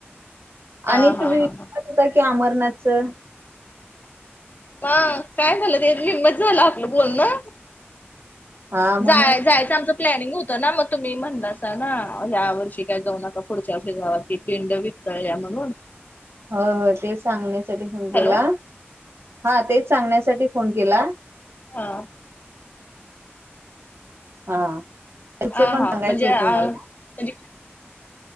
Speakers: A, on the left; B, on the right.
A: हा
B: आणि तुम्हीच.
A: हा हा
B: होता की अमरनाथचं.
A: हा काय झालं ते निम्मच झाला आपलं बोल ना.
B: हा म्हणून
A: जा जायचं आमच. प्लॅनिंग होत ना मग तुम्ही म्हणतासा ना या वर्षी काय जाऊ नका. पुढच्या वर्षे आपल्या गावातली <unintelligible> पिंड विकतळल्या म्हणून
B: हो होय तेच सांगण्यासाठी फोन केला
A: हॅलो
B: हा तेच सांगण्यासाठी फोन केला.
A: हा
B: हा खरच
A: हा
B: पण
A: हा
B: <inaudible> सांगायचं
A: म्हणजे
B: होतु
A: अ
B: मला
A: म्हणजे.